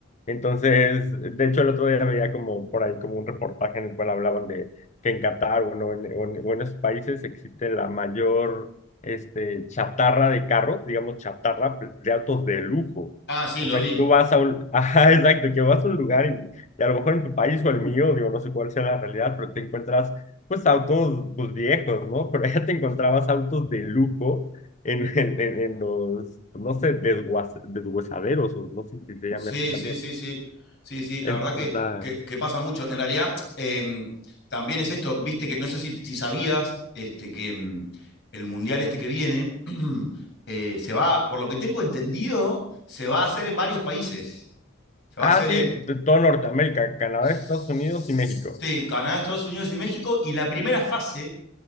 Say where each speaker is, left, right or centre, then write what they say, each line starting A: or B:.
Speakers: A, on the left; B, on the left.
A: Entonces, de hecho, el otro día veía como por ahí como un reportaje en el cual hablaban de que en Qatar, bueno, en, o en, o en esos países existe la mayor, este, chatarra de carros, digamos, chatarra de autos de lujo.
B: Ah, sí,
A: O
B: lo
A: sea,
B: vi.
A: que tú vas a un, <laughs> ajá, exacto, que vas a un lugar y a lo mejor en tu país o el mío, digo, no sé cuál sea la realidad, pero te encuentras pues autos pues, viejos, ¿no? Pero allá te encontrabas autos de lujo en, <laughs> en, en, en los, pues, no sé, desguaz- desguazaderos, o no sé si se llame
B: Sí,
A: así también.
B: sí, sí, sí. Sí, sí, la
A: Entonces
B: verdad que,
A: está...
B: que, que pasa mucho. En realidad, em, también es esto, viste que, no sé si, si sabías, este, que em, el mundial este que viene, <clears throat> eh, se va, por lo que tengo entendido, se va a hacer en varios países. Se va
A: Ah,
B: a hacer,
A: sí,
B: eh,
A: de todo Norteamérica, Canadá,
B: sí,
A: Estados Unidos y México.
B: Canadá, Estados Unidos y México, y la primera fase